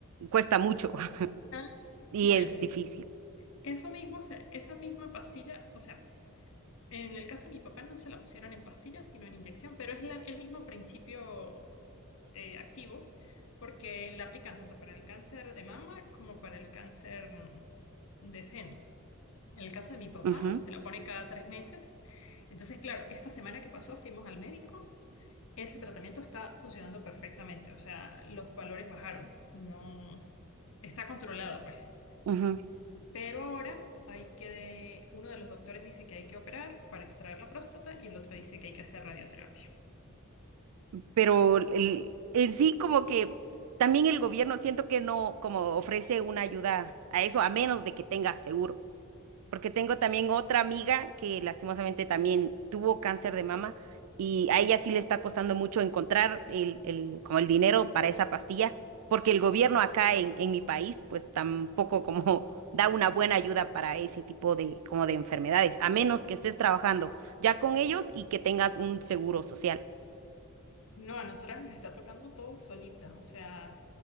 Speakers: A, on the right (about 80°); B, on the left (about 65°).
A: cuesta mucho <laughs>
B: ah,
A: y
B: bueno,
A: es difícil.
B: eso mismo, o sea, esa misma pastilla, o sea, en el caso de mi papá no se la pusieron en pastilla, sino en inyección, pero es la- el mismo principio eh, activo, porque la aplican tanto para el cáncer de mama como para el cáncer mm, de seno. En el caso de mi papá,
A: Ujú,
B: se la pone cada tres meses. Entonces, claro, esta semana que pasó fuimos al médico Ese tratamiento está funcionando perfectamente, o sea, los valores bajaron, no está controlado, pues.
A: ujú.
B: Pero ahora hay que, uno de los doctores dice que hay que operar para extraer la próstata y el otro dice que hay que hacer radioterapia.
A: Pero el- en sí como que también el gobierno siento que no como ofrece una ayuda a eso, a menos de que tenga seguro. Porque tengo también otra amiga que lastimosamente también tuvo cáncer de mama y a ella sí le está costando mucho encontrar el, el- como el dinero para esa pastilla, porque el gobierno acá en, en mi país pues tampoco como <laughs> da una buena ayuda para ese tipo de como de enfermedades, a menos que estés trabajando ya con ellos y que tengas un seguro social.
B: No, a nosotras nos está tocando todo solita, o sea,